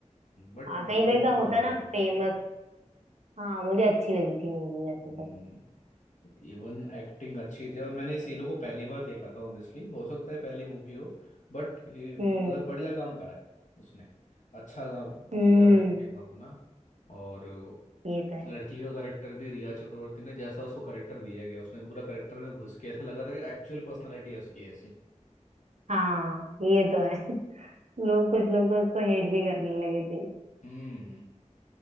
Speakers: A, on the left; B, on the right.
A: बट
B: हाँ कहीं
A: मूवी
B: कहीं का
A: तो बहुत
B: होता
A: बढ़िया
B: है ना
A: थी
B: फेमस हाँ मुझे अच्छी लगी थी मूवी वैसे
A: हम्म
B: तो
A: इवन एक्टिंग अच्छी थी और मैंने इस हीरो को पहली बार देखा था ऑनेस्टली हो सकता है पहली मूवी हो बट ये मतलब
B: हम्म
A: बढ़िया काम करा है उसने अच्छा काम
B: हम्म
A: दिया एक्टिंग अपना और
B: ये तो है
A: लड़की का करेक्टर भी रिया चक्रवर्ती ने जैसा उसको करेक्टर दिया गया उसने पूरा करेक्टर में घुस के ऐसा लग रहा था कि एक्चुअल पर्सनालिटी है उसकी ऐसी
B: हाँ ये तो है <laughs> लोग कुछ लोग तो उसको हेट भी करने लगे थे
A: हम्म